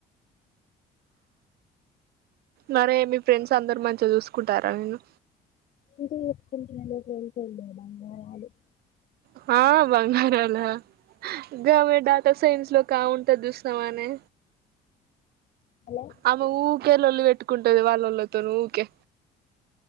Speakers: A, on the right; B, on the left.
A: మరే మీ ఫ్రెండ్స్ అందరుూ మంచిగా చూసుకుంటారా నిన్ను
B: ఎందుకుంట కేకదదు <inaudible>
A: హా బంగారాల గమె టా సైన్స్ లో కా ఉంటది చూసినావానే
B: హలో
A: ఆమె ఊకే లోల్లి పెట్టుకుంటది వాళ్ళళతోనీ ఊకే